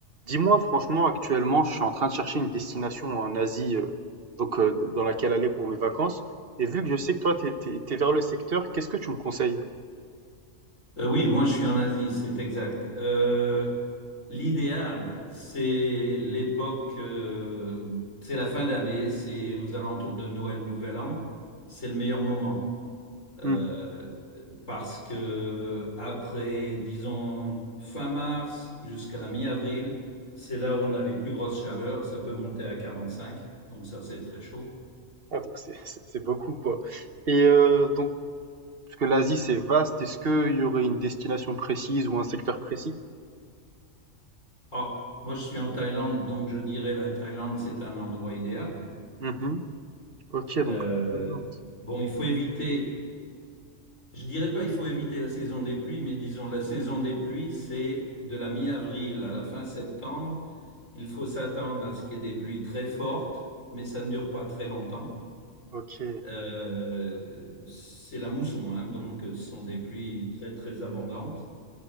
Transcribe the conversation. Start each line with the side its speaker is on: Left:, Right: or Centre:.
Right: Dis-moi, franchement, actuellement, je suis en train de chercher une destination en Asie, euh, donc euh, dans laquelle aller pour mes vacances. Et vu que je sais que toi, t'es, t'es, t'es vers le secteur, qu'est-ce que tu me conseilles?
Left: Euh, oui, moi je suis en Asie, c'est exact. Euh, l'idéal, c'est l'époque, euh, c'est la fin d'année, c'est aux alentours de Noël, Nouvel An, c'est le meilleur moment. Euh,
Right: Hmm.
Left: parce que après, disons, fin mars jusqu'à la mi-avril, c'est là où on a les plus grosses chaleurs, ça peut monter à 45, donc ça c'est très chaud.
Right: Ah, donc c'est c'est- c'est beaucoup, quoi. Et euh, donc, parce que l'Asie, c'est vaste, est-ce qu'il y aurait une destination précise ou un secteur précis?
Left: Ah, moi je suis en Thaïlande, donc je dirais la Thaïlande c'est un endroit idéal.
Right: Mhm. Ok,
Left: Euh,
Right: donc. le Thaïlande.
Left: bon, il faut éviter, je dirais pas il faut éviter la saison des pluies, mais disons la saison des pluies, c'est de la mi-avril à la fin septembre. Il faut s'attendre à ce qu'il y ait des pluies très fortes, mais ça ne dure pas très longtemps.
Right: Ok.
Left: Euh, c'est la mousson, hein, donc euh, ce sont des pluies très très abondantes.